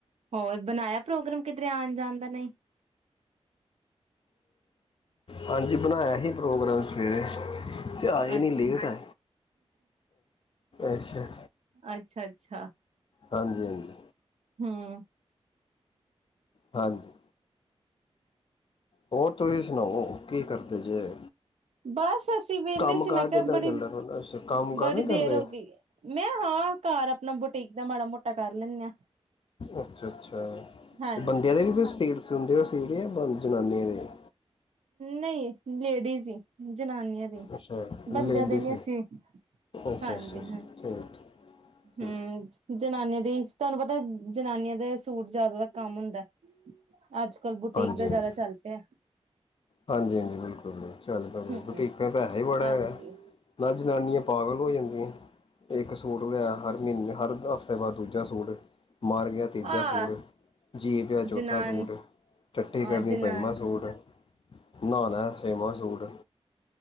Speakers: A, on the right; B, on the left.
A: ਹੋਰ ਬਣਾਇਆ ਪ੍ਰੋਗਰਾਮ ਕਿਧਰੇ ਆਉਣ ਜਾਣ ਦਾ ਨਹੀਂ?
B: ਹਾਂਜੀ ਬਣਾਇਆ ਹੀ ਪ੍ਰੋਗਰਾਮ ਸਵੇਰੇ ਤੇ ਆਏ
A: ਅੱਛਾ
B: ਨਹੀਂ ਲੇਟ ਆ, ਅੱਛਾ
A: ਅੱਛਾ-ਅੱਛਾ
B: ਹਾਂਜੀ ਹਾਂਜੀ।
A: ਹਮ
B: ਹਾਂਜੀ। ਹੋਰ ਤੁਸੀਂ ਸੁਣਾਓ, ਕੀ ਕਰਦੇ ਜੇ?
A: ਬਸ ਅਸੀਂ ਵਿਹਲੇ
B: ਕੰਮ
A: ਸੀ,
B: ਕਾਰ
A: ਮੈਂ ਕਿਹਾ
B: ਕਿੱਦਾਂ
A: ਬੜੀ,
B: ਚੱਲਦਾ ਤੁਹਾਡਾ ਅੱਛਾ ਕੰਮ ਕਾਰ
A: ਬੜੀ
B: ਨਹੀਂ
A: ਦੇਰ
B: ਕਰਦੇ
A: ਹੋ ਗਈ, ਮੈਂ ਹਾਂ, ਘਰ ਆਪਣਾ ਬੁਟੀਕ ਦਾ ਮਾੜਾ ਮੋਟਾ ਕਰ ਲੈਂਦੇ ਹਾਂ।
B: ਅੱਛਾ, ਅੱਛਾ।
A: ਹਾਂਜੀ
B: ਬੰਦਿਆਂ ਦੇ ਵੀ ਕੁਛ ਸੀਟਸ ਸੀ ਹੁਦੇ ਸਿਵਰਿਆ ਬੰਦ ਜਨਾਨੀਆਂ ਦੇ
A: ਨਹੀਂ ਲੇਡੀਜ਼ ਹੀ। ਜਨਾਨੀਆਂ ਦੀ
B: ਅੱਛਾ
A: ਬੰਦਿਆਂ
B: ਲੇਡੀਜ਼
A: ਦੇ ਨੀ ਅਸੀਂ,
B: ਅੱਛਾ
A: ਹਾਂਜੀ
B: ਅੱਛਾ
A: ਹਾਂ
B: ਠੀਕ ਠੀਕ
A: ਹਮ ਜਨਾਨੀਆਂ ਤੁਹਾਨੂੰ ਪਤਾ ਜਨਾਨੀਆਂ ਦਾ ਸੂਟ ਜ਼ਿਆਦਾ ਦਾ ਕੰਮ ਹੁੰਦਾ ਅੱਜ ਕੱਲ੍ਹ ਬੁਟੀਕ
B: ਹਾਂਜੀ
A: ਦਾ
B: ਹਾਂਜੀ
A: ਜ਼ਿਆਦਾ ਚੱਲਤ ਆ
B: ਹਾਂਜੀ, ਹਾਂਜੀ। ਬਿਲਕੁਲ ਚੱਲ, ਪਰੋ
A: ਹਮ
B: ਬੁਟੀਕਾਂ ਪੈਸਾ ਬੜਾ
A: ਹਾਂਜੀ
B: ਹੈਗਾ ਨਾ, ਜਨਨੀਆਂ ਪਾਗਲ ਹੋ ਜਾਂਦੀਆਂ। ਇੱਕ ਸੂਟ ਲਿਆ ਹਰ ਮਹੀਨੇ, ਹਰ ਹਫ਼ਤੇ ਬਾਅਦ ਦੂਜਾ ਸੂਟ ਮਾਰ ਗਿਆ, ਤੀਜਾ
A: ਆਹ
B: ਸੂਟ ਜੀਅ ਪਿਆ, ਚੌਥਾ
A: ਜਨਾਨ
B: ਸੂਟ ਟੱਟੀ
A: ਆ
B: ਕਰਨੀ,
A: ਜਨਾਨ
B: ਪੰਜਵਾ ਸੂਟ ਨਹਾ ਲੇ, ਛੇਮਾ ਸੂਟ